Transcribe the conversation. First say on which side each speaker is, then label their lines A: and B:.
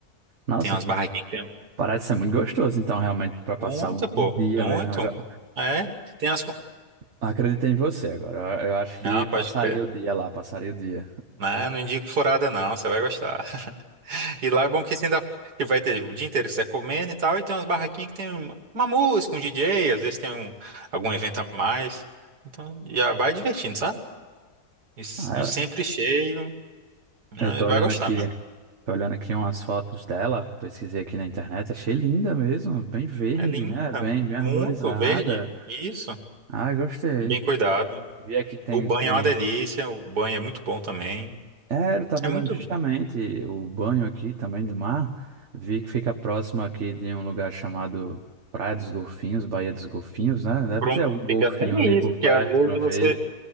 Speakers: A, on the right; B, on the right.
A: Nossa,
B: tem umas barraquinhas. que tem
A: parece ser muito gostoso, então, realmente, para passar
B: Muita,
A: o,
B: pô,
A: o dia
B: muito.
A: mesmo. Agora,
B: É, tem as... co-
A: Acredito em você agora. Eu, eu acho
B: Não,
A: que passaria
B: pode crer.
A: o dia lá, passaria o dia.
B: Não, não indico furada não, você vai gostar. E lá é bom que você ainda que vai ter o dia inteiro que você tá comendo e tal, e tem umas barraquinhas que tem um, uma música, um DJ, às vezes tem um, algum evento a mais. Então já vai divertindo, sabe? E, s-
A: Ah, ela-
B: e sempre cheio. né?
A: eu tô olhando
B: Vai gostar,
A: aqui,
B: meu amigo.
A: tô olhando aqui umas fotos dela, pesquisei aqui na internet, achei linda mesmo, bem verde,
B: É linda,
A: né? Bem, bem arborizada.
B: muito verde, isso,
A: Ah, gostei.
B: bem cuidado.
A: Vi aqui que tem,
B: O banho
A: tem.
B: é uma delícia, o banho é muito bom também.
A: É, eu tava
B: É
A: olhando
B: muito
A: justamente o banho aqui também do mar. Vi que fica próximo aqui de um lugar chamado Praia dos Golfinhos, Baía dos Golfinhos, né? Deve
B: pronto.
A: ter algum golfinho
B: Ainda tem
A: ali por
B: isso,
A: perto
B: que às vezes
A: pra
B: você.
A: ver.